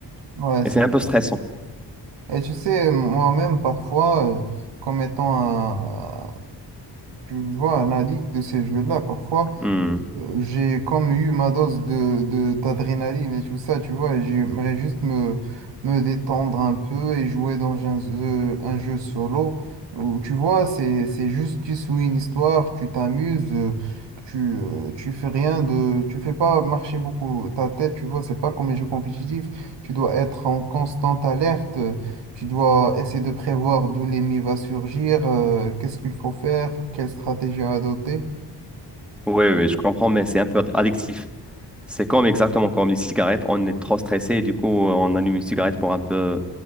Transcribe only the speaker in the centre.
Et
c'est un peu stressant.
Hmm.
Oui, oui, je comprends, mais c'est un peu addictif. C'est comme exactement comme les cigarettes, on est trop stressé et du coup on allume une cigarette pour un peu